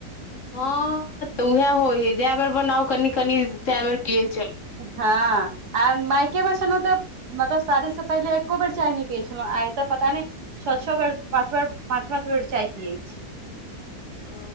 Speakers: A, on the left; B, on the right.
A: हँ तऽ उहै। हो हे, जाय बेर बनाऊ कनी-कनी तय बेर पिय छी।
B: हँ आर मायके मे छलहुँ तऽ मतलब शादीसँ पहिले एको बेर चाय नहि पियै छलहुँ, आइ तऽ पता नहि छह- छह बेर पाँच बेर पाँच- पाँच बेर चाय पियै छी।
A: ओ।